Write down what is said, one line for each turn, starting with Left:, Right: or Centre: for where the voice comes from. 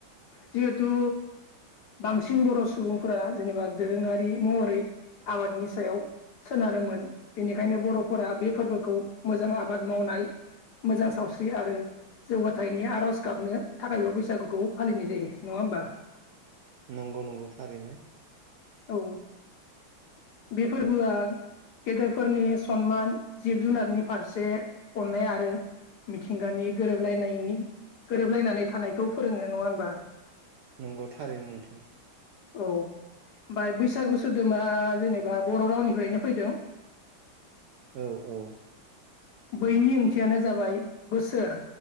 Left: जिहेथु बांसिन बर' सुबुंफोरा जेनेबा दोरोङारि महरै आबादनि सायाव सोनारोमोन बेनिखायनो बर'फोरा बे फोरबोखौ मोजां आबाद मावनाय मोजां सावस्रि आरो जौगाथायनि आर'ज गाबनो थाखायबो बैसागुखौ फालिनाय जायो नङा होमबा?
Right: नंगौ-नंगौ थारैनो।
Left: औ बे फोरबोआ गेदेरफोरनि सनमान जिब-जुनारनि फारसे अननाय आरो मिथिंगानि गोरोबलायनायनि गोरोबलायनानै थानायखौ फोरोङो नङा होमबा।
Right: नंगौ-थारैनो नोंथां।
Left: औ। बाय बैसागु सोदोबा जेनेबा बर' रावनिफ्रायनो फैदों।
Right: औ-औ।
Left: बैनि ओंथियानो जाबाय बोसोर।